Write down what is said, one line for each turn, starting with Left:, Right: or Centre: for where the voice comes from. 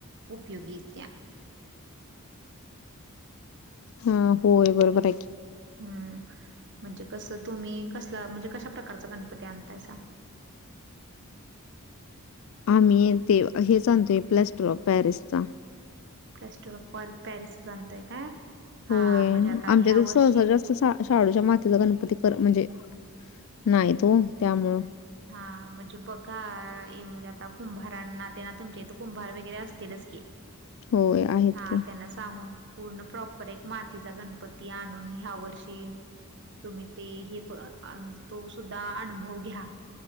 Right: उपयोगी येतीया
Left: हम होय बरोबर आहे की
Right: हम्म म्हणजे कसं तुम्ही कसला म्हणजे कशा प्रकारचा गणपती आणतायसा
Left: आम्ही ते हेच आणतोय प्लॅस्टर ऑफ पॅरिस चा
Right: प्लॅस्टर ऑफ पारी पॅरिसच अंताय काय हा
Left: होय
Right: म्हणजे आता
Left: आमच्यात
Right: ह्या
Left: सहसा
Right: वर्षी
Left: जास्त सा शाडूच्या मातेचा गणपती कर म्हणजे नाही तो त्यामुळं
Right: हा म्हणजे बघा म्हणजे आता कुंभारांना ते ना तुमच्या इथं कुंभार वगैरे असतीलच की
Left: होय आहेत
Right: हा
Left: की.
Right: त्यांना सांगून पूर्ण प्रॉपर एक मातीचा गणपती आणून ह्या वर्षी तुम्ही ते हे बघा आणि तो सुद्धा अनुभव घ्या